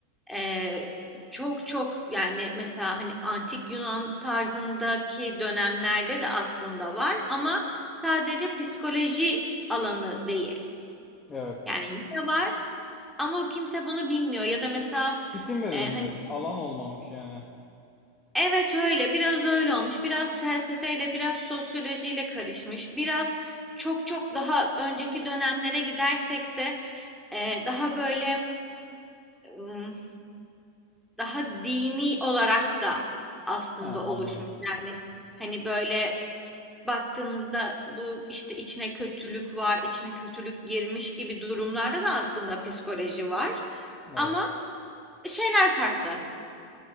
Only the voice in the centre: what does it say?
e, çok çok yani mesela hani antik Yunan tarzındaki dönemlerde de aslında var ama sadece psikoloji alanı değil.
Yani yine var Ama kimse bunu bilmiyor ya da mesela
e, hani
evet öyle biraz öyle olmuş biraz felsefeyle biraz sosyolojiyle karışmış biraz çok çok daha önceki dönemlere gidersek de e, daha böyle m, daha dini olarak da aslında
oluşmuş yani hani böyle baktığımızda bu işte içine kötülük var içine kötülük girmiş gibi durumlarda da aslında psikoloji var
ama şeyler farklı